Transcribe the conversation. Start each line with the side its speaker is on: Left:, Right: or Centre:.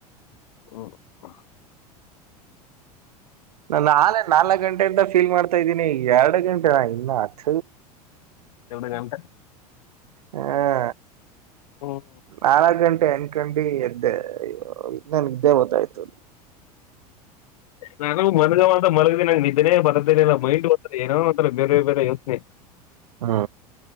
Left: ಹ್ಮ ಹ
Right: ನಾೆ ನಾಲ್ಕ್ ಗಂಟೆಿಂದ ಫೀಲ್ ಮಾಡ್ತಾ ಇದ್ದೀನಿ ಎರಡು ಗಂಟೆ ಇನ್ನು ಹತ್
Left: ಎವಡು ಗಮಟ
Right: ಹ್ಮ
Left: ಹ್ಮ್.
Right: ನಾಲ್ಕು ಗಂಟೆ ಅ ಅನ್ಕಂಡಿ ಎದ್ದೆ ನನ್ ಇದ್ದೇ ಗೊತ್ತಾಯ್ತು
Left: ನನಗು ಮನ್ಗವ ಅಂತ ಮಲಗ್ದಿ ನಂಗಗೆ ನಿದ್ದೇ ಬರದೇನಿಲ್ಲ ಮೈಂಡ್ ಗ ಏನೋ ಬೇರೆ ಬೇರೆ ಯೋಸ್್ನೆ
Right: ಹಾ